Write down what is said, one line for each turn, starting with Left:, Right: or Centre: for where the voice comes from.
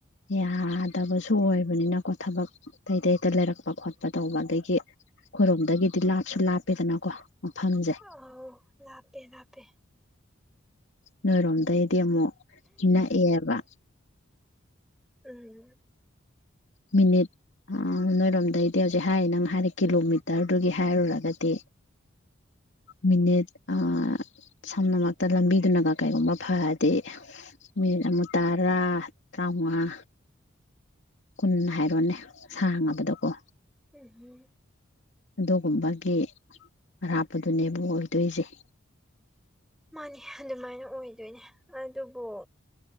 Left: ꯌꯥꯗꯕꯁꯨ ꯑꯣꯏꯕꯅꯤꯅꯀꯣ ꯊꯕꯛ ꯑꯇꯩꯇꯩꯇ ꯂꯩꯔꯛꯄ ꯈꯣꯠꯄ ꯇꯧꯕ ꯑꯗꯒꯤ ꯑꯩꯈꯣꯏꯔꯣꯝꯗꯒꯤꯗꯤ ꯂꯥꯞꯁꯨ ꯂꯥꯞꯄꯦꯗꯅꯀꯣ ꯃꯐꯝꯁꯦ
Centre: ꯑꯥꯎ ꯂꯥꯞꯄꯦ ꯂꯥꯞꯄꯦ
Left: ꯅꯣꯏ ꯔꯣꯝꯗꯩꯩ ꯗꯤ ꯑꯃꯨꯛ ꯅꯛꯑꯦꯕ <inaudible>
Centre: ꯎꯝ
Left: ꯃꯤꯅꯤꯠ ꯑꯥ ꯅꯣꯏꯔꯣꯝꯗꯩꯗꯤ ꯍꯧꯖꯤꯛ ꯍꯥꯏꯔꯤ ꯅꯪ ꯍꯥꯏꯔ ꯀꯤꯂꯣꯃꯤꯇꯔꯗꯨꯒꯤ ꯍꯥꯏꯔꯨꯔꯒꯗꯤ ꯃꯤꯅꯤꯠ ꯑꯥ ꯁꯝꯅꯃꯛꯇ ꯂꯝꯕꯤꯗꯨꯅꯒ ꯀꯔꯤꯒꯨꯝꯕ ꯐꯔꯗꯤ ꯃꯤꯅꯤꯠ ꯑꯃ ꯇꯔꯥ ꯇꯔꯥꯃꯉꯥ ꯀꯨꯟ ꯍꯥꯏꯔꯣꯅꯦ ꯁꯥꯡꯉꯕꯗꯀꯣ
Centre: ꯎꯝꯍꯝ
Left: ꯑꯗꯨꯒꯨꯝꯕꯒꯤ ꯑꯔꯥꯞꯄꯗꯨꯅꯦꯕ ꯑꯣꯏꯗꯣꯏꯖ‌ꯦ
Centre: ꯃꯥꯅꯦ ꯑꯗꯨꯃꯥꯏꯅ ꯑꯣꯏꯗꯣꯏꯅꯦ ꯑꯗꯨꯕꯨ